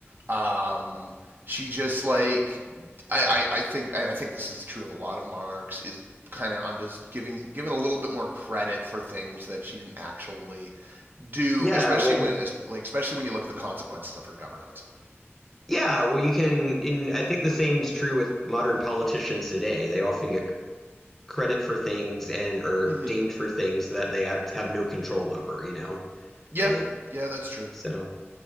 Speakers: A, on the right; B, in the centre.
A: Um, she just like I, I, I think and I think this is true of a lot of monarchs is kind of undes giving given a little bit more credit for things that she didn't actually do,
B: <laughs> yeah,
A: especially
B: well,
A: when es- like especially when you look at the consequences of her governance.
B: yeah, well, you can, and I think the same is true with modern politicians today. They often get credit for things and are
A: hmm
B: dinged for things that they act have no control over, you know?
A: Yeah,
B: Like,
A: yeah, that's true.
B: so